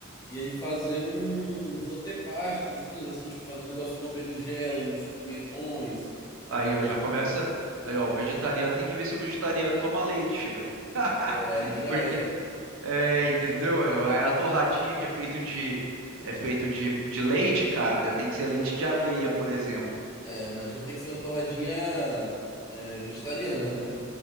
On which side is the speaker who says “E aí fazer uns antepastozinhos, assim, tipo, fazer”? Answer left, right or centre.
Left